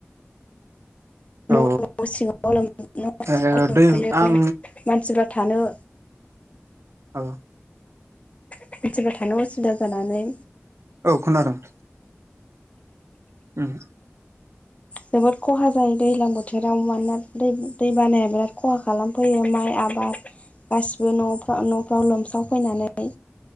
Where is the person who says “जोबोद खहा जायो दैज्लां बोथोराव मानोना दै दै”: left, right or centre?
Left